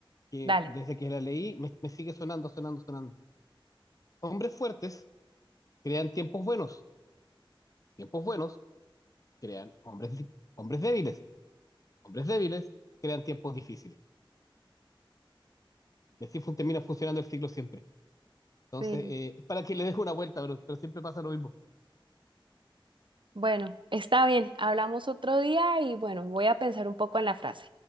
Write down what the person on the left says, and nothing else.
que
desde que la leí me, me sigue sonando, sonando, sonando. Hombres fuertes crean tiempos buenos, tiempos buenos crean hombres, hombres débiles. hombres débiles crean tiempos difíciles. Y así fun- termina funcionando el ciclo siempre. Entonces,
eh, es para que le deje una vuelta, bro, pero siempre pasa lo mismo.